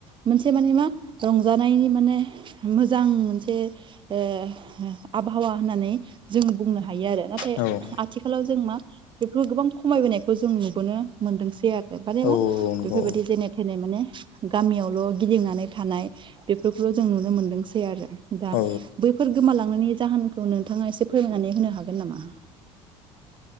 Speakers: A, on the right; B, on the left.
A: मोनसे माने मा रंजानायनि माने मोजां मोनसे ए आबहावा होननानै जोङो बुंनो हायो आरो नाथाय
B: औ औ
A: आथिखालाव जों मा बेफोरखौ गोबां खमायबोनायखौ जों नुबोनो मोनदोंसै आरो बानेना
B: औ नंगौ
A: बेफोरबायदि जेने थेने माने गामियावल' गिदिंनानै थानाय बेफोरखौल जों नुनो मोनदोंसै आरो दा
B: औ
A: गोमालांनायनि जाहोनखौ नोंथाङा एसे फोरमायनानै होनो हागोन नामा?